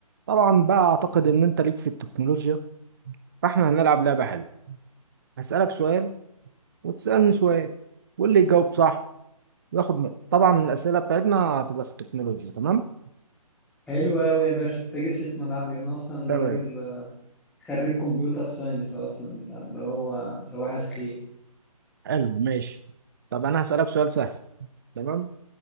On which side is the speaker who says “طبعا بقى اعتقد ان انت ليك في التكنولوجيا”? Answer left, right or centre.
Right